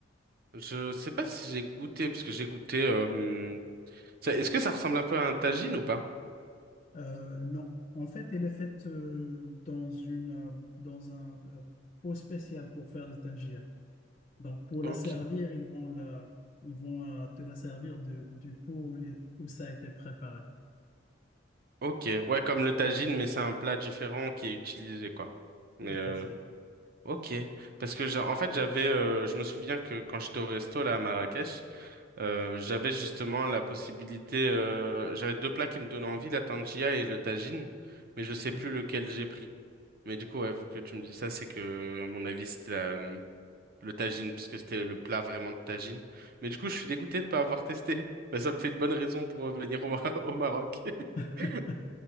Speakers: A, on the right; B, on the left.
A: Je sais pas si j'ai goûté, parce que j'ai goûté... euh, hum, ça- Est-ce que ça ressemble un peu à un tagine ou pas?
B: Euh, non. En fait, elle est faite euh, dans une, euh, dans un euh, pot spécial pour faire le tangia. Donc, pour
A: Ok,
B: la servir, ils vont, la, ils vont euh, te la servir de, du pot où, les- où ça a été préparé.
A: ok. Ouais, comme le tagine, mais c'est un plat différent qui est utilisé, quoi. Mais
B: Tout
A: euh,
B: à fait.
A: ok. Parce que, j'ai- en fait, j'avais... euh, je me souviens que quand j'étais au resto, là, à Marrakech, Euh, j'avais justement la possibilité, euh, j'avais deux plats qui me donnaient envie, la tangia et le tagine, mais je sais
B: Oui.
A: plus lequel j'ai pris. Mais du coup, ouais, vu que tu me dis ça, c'est que, à mon avis, c'était la- le tagine, parce que c'était le plat vraiment de tagine. Mais du coup, je suis dégoûté de pas avoir testé. <laughs> Mais ça me fait une bonne raison pour revenir au, Mar- <laughs> au Maroc.
B: <laughs>
A: <laughs>